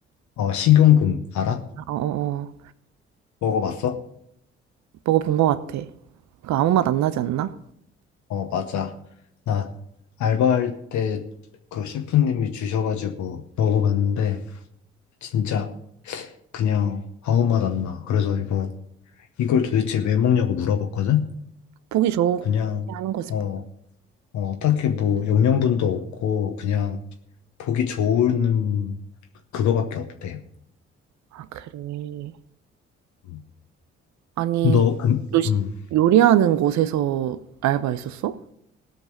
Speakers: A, on the left (about 60°); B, on the right (about 55°).
A: 어, 식용금, 알아?
B: 아, 어, 어, 어.
A: 먹어봤어?
B: 먹어본 것 같아. 그 아무 맛 안 나지 않나?
A: 어, 맞아. 나 알바할 때 그 셰프님이 주셔가지고 먹어봤는데, 진짜 그냥 아무 맛 안 나. 그래서 이거 이걸 도대체 왜 먹냐고 물어봤거든.
B: 보기 좋게
A: 그냥
B: 하는 거지,
A: 어,
B: 뭐.
A: 어, 딱히 뭐 영양분도 없고 그냥 보기 좋은 그거밖에 없대.
B: 아, 그래.
A: 음.
B: 아니,
A: 너 음,
B: 요,
A: 음,
B: 요리하는 곳에서 알바했었어?